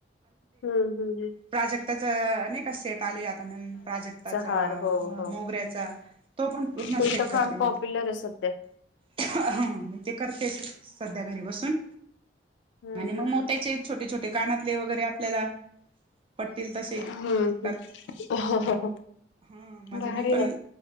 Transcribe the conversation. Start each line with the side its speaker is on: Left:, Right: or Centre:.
Left: हं, हं, हं.
Right: प्राजक्ताच नही का सेट आले आ आता नवीन प्राजक्ताचा
Left: हार हो हो
Right: मोगऱ्याचा तो पण पूर्ण
Left: ते
Right: सेट
Left: फार
Right: करते
Left: पॉप्युलर
Right: मी.
Left: आहे सध्या तर
Right: हा मी ते करतेच सध्या घरी बसून
Left: हम्म
Right: आणि
Left: हम्म
Right: मग मोत्याचे छोटे छोटे कानातले वगैरे आपल्याला पटतील तसे
Left: हम्म
Right: करत.
Left: हम्म
Right: हा म्हणजे
Left: भारी
Right: मी पण.
Left: ना